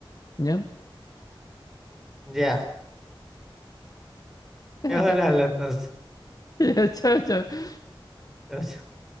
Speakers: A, on the left; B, in the centre.
A: ¿Ya?
B: Ya.
A: <laughs>
B: Ya va la lata.
A: Ya, Chao, chao.
B: <laughs>